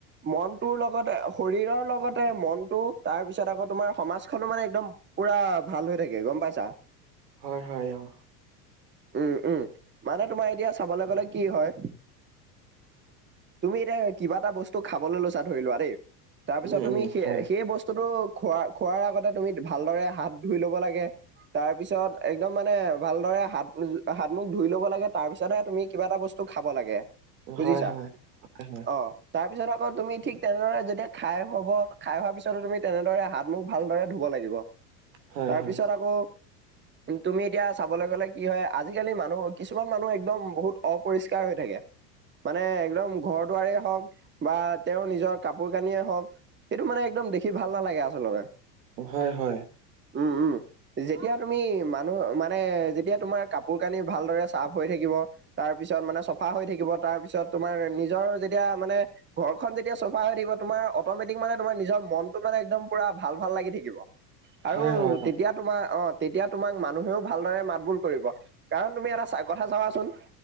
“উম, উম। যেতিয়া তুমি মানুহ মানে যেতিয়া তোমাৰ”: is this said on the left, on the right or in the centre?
Right